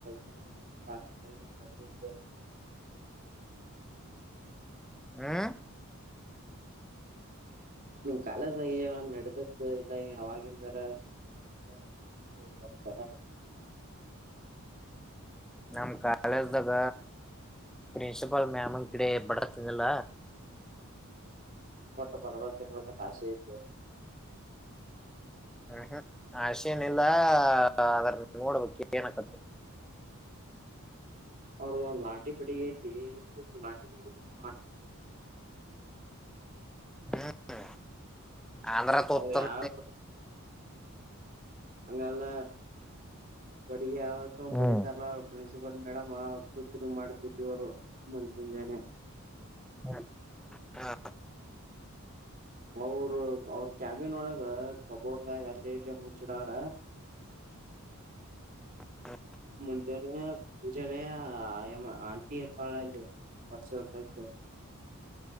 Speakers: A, on the right; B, in the centre.
A: ಏನ ನಿಮ್ ಕಾಲ ಏನ್ ನ
B: ಹ್ಮ
A: ನಿಮ್ ಕಾಲದ್ಯಾಮ್ ನಡೆದದ್ದು ಇಲ್ಲ ಅವವಾಗಿಂದರ ಹ
B: ನಮ್ ಕಾಳೇಜ್ದಾಗ ಪ್ರಿನ್ಸಿಪಾಲ್ ಮ್ಯಮನ್ ಕಡೆ ಬಡತಲ್ಲ
A: ಪೋಟ್ಟ ಪರ್ವತಿನ್ಬೇಕ ತ ಆಶೆ ಐತೆ
B: ಹ್ಮ್ ಹ್ಮ್ ಆಷೇನಿಲ್ಲ ಅದ್ರ ನೋಡ್ಬೇಕ ಏನಕತ್ತು
A: ಅವರು ಒ್ ಲಾಠಿ ಬಿಡಿಗತಿ ಎಷ್ಟ ಲಾಠಿ ಬಿಗ ಮಾಡ
B: ಹ್ಮ ಆಂಧ್ರ ತೋತಗ
A: ಅವ್ ಯಾವ ಅಂಗಲ್ಲ ಬಡಿ ಯವತ್ತ
B: ಹ್ಮ್
A: ಬಡಿ ತರಲ್ಲಾ ಪ ಮೇಡಮ್ ಆ ಮಾಡ್ತಿದವರು ಮುಂಜು ಮುಂಜಾನೆ
B: ಹ ಹಾ
A: ಅವರು ಅವ್ರ ಕ್ಯಾಬಿನ್ ಒಳದ ಕಬೋರ್ಡ್ದಾಗ ಅಲ್ಲಿ ಇಲ್ಲಿ ಮುಚ್ಚಿಡಾರ
B: ಹ
A: ಮುಂಜೆ ಮುಜೆ ಆ ಆಂಟಿ ಅಥವಾಡಲ್ಲಿ ಪಾರ್ಸ ಸತ